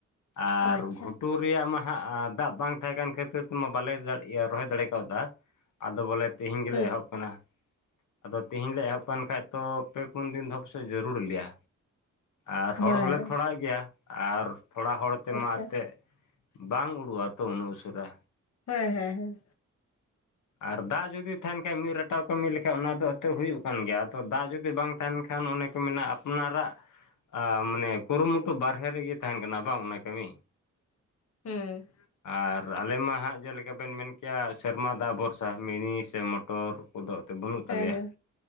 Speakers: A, on the left; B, on the left.
A: ᱟᱨ
B: ᱟᱪᱪᱷᱟ
A: ᱜᱷᱩᱴᱩ ᱨᱮᱭᱟᱜ ᱢᱟ ᱦᱟᱸᱜ ᱫᱟᱜ ᱵᱟᱝ ᱛᱟᱦᱮᱸ ᱠᱟᱱ ᱠᱷᱟᱹᱛᱤᱨ ᱛᱮᱢᱟ ᱵᱟᱞᱮ ᱫᱟ ᱤᱭᱟᱹ ᱨᱚᱦᱚᱭ ᱫᱟᱲᱮ ᱠᱟᱣᱫᱟ ᱟᱫᱚ ᱵᱚᱞᱮ ᱛᱤᱦᱤᱧ ᱜᱮᱞᱮ
B: ᱦᱮᱸ
A: ᱮᱦᱚᱵ ᱠᱟᱱᱟ ᱟᱫᱚ ᱛᱤᱦᱤᱧ ᱞᱮ ᱮᱦᱚᱵ ᱠᱟᱱ ᱠᱷᱟᱡ ᱛᱚ ᱯᱮ ᱯᱩᱱ ᱫᱤᱱ ᱫᱷᱚ ᱯᱟᱥᱮᱜ ᱡᱟᱹᱨᱩᱲ ᱞᱮᱭᱟ ᱟᱨ ᱦᱚᱲ
B: ᱦᱮᱸ
A: ᱦᱚᱞᱮ ᱛᱷᱚᱲᱟᱜ ᱜᱮᱭᱟ ᱟᱨ ᱛᱷᱚᱲᱟ ᱦᱚᱲ ᱛᱮᱢᱟ
B: ᱟᱪᱪᱷᱟ
A: ᱮᱛᱮᱜ ᱵᱟᱝ ᱩᱲᱩᱜᱼᱟ ᱛᱚ ᱩᱱᱟᱹᱜ ᱩᱥᱟᱹᱨᱟ
B: ᱦᱮᱸ ᱦᱮᱸ ᱦᱮᱸ
A: ᱟᱨ ᱫᱟᱜ ᱡᱩᱫᱤ ᱛᱟᱦᱮᱱ ᱠᱷᱟᱡ ᱢᱤᱫ ᱨᱟᱴᱟᱣ ᱠᱟᱹᱢᱤ ᱞᱮᱠᱷᱟᱡ ᱚᱱᱟ ᱨᱮᱫᱚ ᱮᱛᱮᱜ ᱦᱩᱭᱩᱜ ᱠᱟᱱ ᱜᱮᱭᱟ ᱟᱫᱚ ᱫᱟᱜ ᱡᱩᱫᱤ ᱵᱟᱝ ᱛᱟᱦᱮᱱ ᱠᱷᱟᱱ ᱚᱱᱮ ᱠᱚ ᱢᱮᱱᱟ ᱟᱯᱱᱟᱨᱟᱜ ᱟᱻ ᱢᱟᱱᱮ ᱠᱩᱨᱩ ᱢᱩᱴᱩ ᱵᱟᱨᱦᱮ ᱨᱮ ᱜᱮ ᱛᱟᱦᱮᱱ ᱠᱟᱱᱟ ᱵᱟᱝ ᱚᱱᱟ ᱠᱟᱹᱢᱤ
B: ᱦᱮᱸ
A: ᱟᱨ ᱟᱞᱮ ᱢᱟ ᱦᱟᱸᱜ ᱡᱮᱞᱮᱠᱟ ᱵᱮᱱ ᱢᱮᱱ ᱠᱮ-ᱟ ᱥᱮᱨᱢᱟ ᱫᱟᱜ ᱵᱷᱚᱨᱥᱟ ᱢᱤᱱᱤ ᱥᱮ ᱢᱚ ᱴᱚᱨ ᱠᱚᱫᱚ ᱮᱱᱛᱮ ᱵᱟᱱᱩᱜ ᱛᱟᱞᱮᱭᱟ
B: ᱦᱮᱸ ᱦᱮᱸ